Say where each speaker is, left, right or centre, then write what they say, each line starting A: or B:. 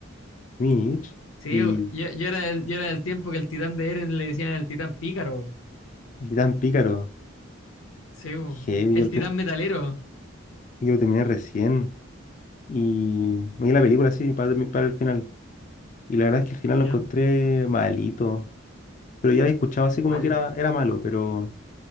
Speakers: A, on the left; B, on the left.
A: Mi nicho.
B: Sí,
A: Y,
B: bu. Yo, yo era del, yo era del tiempo que el titán de Eren le decían el titán pícaro. bu.
A: y tan pícaro.
B: Sí, bu.
A: Heavy,
B: El
A: yo lo
B: titán
A: te-
B: metalero.
A: yo lo terminé recién. Y me di la película así para, termi- para el final. Y la verdad es que el final
B: ¿Ya?
A: lo encontré malito. Pero ya había escuchado así como
B: Mal,
A: que era, era malo, pero